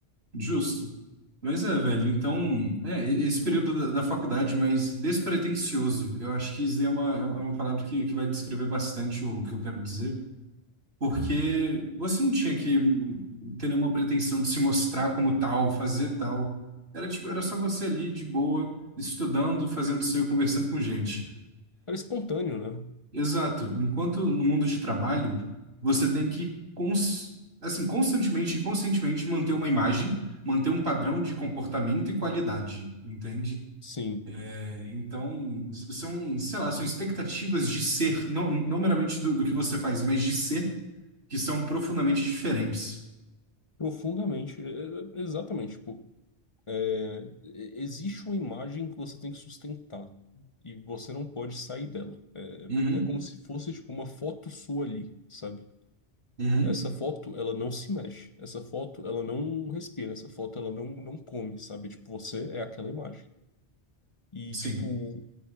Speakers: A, on the right; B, on the left.
A: Justo. Mas é, velho, então, é, e- esse período da, da faculdade mais despretensioso, eu acho que isso é uma, é uma palavra que, que vai descrever bastante o que eu quero dizer, porque você não tinha que ter nenhuma pretensão de se mostrar como tal, fazer tal. Era tipo, era só você ali de boa, estudando, fazendo seu e conversando com gente.
B: Era espontâneo, né?
A: Exato. Enquanto no mundo de trabalho, você tem que cons- assim, constantemente e conscientemente manter uma imagem, manter um padrão de comportamento e qualidade, entende?
B: Sim,
A: É, então, s- são, sei lá, são expectativas de ser, não, não meramente do, do que você faz, mas de ser, que são profundamente diferentes.
B: profundamente, é- é- exatamente, tipo, É, existe uma imagem que você tem que sustentar e você não pode sair dela. É,
A: Uhum,
B: é como se fosse tipo uma foto sua ali, sabe?
A: uhum.
B: Essa foto, ela não se mexe. Essa foto, ela não respira. Essa foto, ela não, não come, sabe? Tipo, você é aquela imagem. E,
A: Sim,
B: tipo,